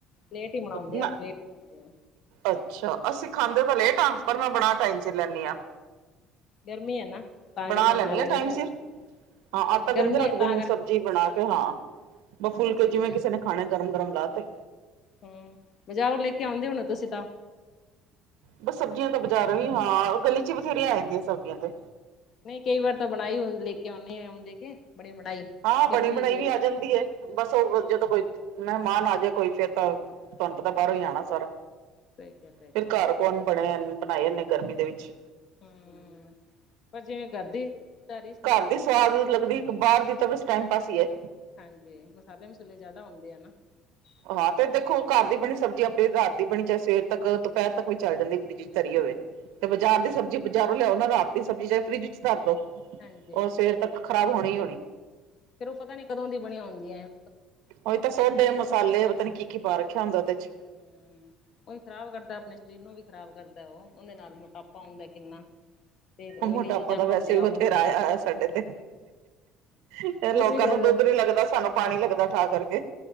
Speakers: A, on the left (about 45°); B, on the right (about 80°).
A: ਲੇਟ ਹੀ ਮਨਾਉਂਦੇ
B: ਨਾ
A: ਆ ਤੇ ਲੇਟ ਹੀ ਖਾਂਨੇ ਆ।
B: ਅੱਛਾ, ਅਸੀਂ ਖਾਂਦੇ ਤਾਂ ਲੇਟ ਆ, ਪਰ ਮੈਂ ਬਣਾ ਟਾਈਮ ਸਿਰ ਲੈਂਨੀ ਆ।
A: ਗਰਮੀ ਐ ਨਾ। ਤਾਂ
B: ਬਣਾ
A: ਕਰਕੇ
B: ਲੈਂਨੀ
A: ਲੈਂਦੇ
B: ਆ ਟਾਈਮ
A: ਹੋਣੇ
B: ਸਿਰ। ਹਾਂ
A: ਹਮ
B: ਆਟਾ ਗੁੰਨ
A: ਗਰਮੀ
B: ਕੇ ਰੱਖ
A: ਹੈ
B: ਦੇਣੀ
A: ਤਾਂ
B: ਆ,
A: ਕਰਕੇ
B: ਸਬਜ਼ੀ ਬਣਾ ਕੇ ਹਾਂ, ਬਸ ਫੁਲਕੇ
A: ਸਹੀ
B: ਜਿਵੇਂ ਕਿਸੇ ਨੇ ਖ ਖਾਣਾ ਗਰਮ-ਗਰਮ ਲਾ ਤੇ।
A: ਹੰਮ, ਬਾਜ਼ਾਰੋਂ ਲੈ ਕੇ ਆਉਂਦੇ ਹੋਣੇ ਤੁਸੀਂ ਤਾਂ।
B: ਬਸ ਸਬਜ਼ੀਆਂ ਤਾਂ ਬਾਜ਼ਾਰ ਵੀ ਹਾਂ ਗਲੀ ਚ ਬਥੇਰੀਆਂ ਆ ਜਾਂਦੀਆਂ ਸਬਜ਼ੀਆਂ ਤੇ
A: ਨਹੀਂ ਕਈ ਵਾਰ ਤਾਂ ਬਣਾਈ ਅ ਲੈ ਕੇ ਆਉਨੇ ਆਉਦੇ ਕੇ ਬਣੀ ਬਣਾਈ।
B: ਹਾਂ, ਬਣੀ
A: ਗਰਮੀ
B: ਬਣਾਈ
A: ਹੈਗੀ
B: ਵੀ ਆ
A: ਤਾਂ
B: ਜਾਂਦੀ ਏ। ਬਸ ਉਹ ਜਦੋਂ ਕੋਈ ਮਹਿਮਾਨ ਆ ਜੇ ਕੋਈ ਫੇਰ ਤਾਂ ਤੁਹਾਨੂੰ ਪਤਾ ਬਾਹਰੋਂ ਹੀ ਆਉਣਾ ਸਾਰਾ
A: ਸਹੀ ਕਹਿ ਤੇ ਹੈਗੇ
B: ਫਿਰ
A: ਏ।
B: ਘਰ ਕੌਣ ਬਣੇ ਏ ਬਣਾਏ ਇੰਨੀ ਗਰਮੀ ਦੇ ਵਿੱਚ।
A: ਹੰਮ, ਪਰ ਜਿਵੇਂ ਗਰ ਦੀ ਤਾਂ ਰੀਸ ਨੀ
B: ਘਰ
A: ਹੁੰਦੀ
B: ਦੀ ਸਵਾਦ
A: ਨਾ।
B: ਲੱਗਦੀ ਇੱਕ ਬਾਹਰ ਦੀ ਤਾਂ ਬਸ ਟਾਈਮ ਪਾਸ ਹੀ ਏ।
A: ਹਾਂਜੀ, ਮਸਾਲੇ ਮਸੂਲੇ ਜ਼ਿਆਦਾ ਹੁੰਦੇ ਆ ਨਾ। ਤਾਂ
B: ਹਾਂ
A: ਕਰਕੇ
B: ਤੇ ਦੇਖੋ, ਘਰ ਦੀ ਬਣੀ ਸਬਜ਼ੀ ਆਪਣੇ ਰਾਤ ਦੀ ਬਣੀ ਚਾਹੇ ਸਵੇਰ ਤੱਕ ਦੁਪਹਿਰ ਤੱਕ ਵੀ ਚੱਲ ਜਾਂਦੀ। ਫਰਿੱਜ'ਚ ਧਰੀ ਹੋਵੇ
A: ਹਾਂਜੀ
B: ਤੇ ਬਾਜ਼ਾਰ ਦੀ ਸਬਜ਼ੀ ਬਜ਼ਾਰੋਂ ਲਿਆਓ ਨਾ ਰਾਤ ਦੀ ਸਬਜ਼ੀ ਚਾਹੇ ਫਰਿਜ ਚ ਧਰਦੋ
A: ਹਾਂਜੀ
B: ਉਹ ਸਵੇਰ ਤੱਕ ਖ਼ਰਾਬ ਹੋਣੀ-ਹੋਣੀ।
A: ਫੇਰ ਉਹ ਪਤਾ ਨੀ ਕਦੋਂ ਦੀ ਬਣੀਆਂ ਹੁੰਦੀਆਂ ਏ।
B: ਉਹੀ ਤਾਂ ਸੋਡੇ ਮਸਾਲੇ ਪਤਾ ਨੀ ਕੀ- ਕੀ ਪਾ ਰੱਖਿਆ ਹੁੰਦਾ ਉਹਦੇ ਚ।
A: ਹਮ ਉਹੀ ਖ਼ਰਾਬ ਕਰਦਾ ਆਪਣੇ ਸਰੀਰ ਨੂੰ ਵੀ ਖ਼ਰਾਬ ਕਰਦਾ ਉਹ, ਉਹਦੇ ਨਾਲ ਮੋਟਾਪਾ ਆਉਦਾ ਕਿੰਨਾ। ਤੇ ਓਇਲੀ
B: ਮੋਟਾਪਾ
A: ਚੀਜ਼ਾਂ
B: ਤਾਂ ਵੈਸੇ
A: ਖਾਂਦੀਆਂ
B: ਵੀ ਬਥੇਰਾ
A: ਵ
B: ਆਇਆ ਹੋਇਆ ਸਾਡੇ ਤੇ। ਕਈ ਲੋਕਾਂ
A: ਤੁਸੀਂ ਫੇਰ
B: ਨੂੰ ਦੁੱਧ ਨੀ ਲੱਗਦਾ, ਸਾਨੂੰ ਪਾਣੀ ਲੱਗਦਾ ਠਾ ਕਰਕੇ।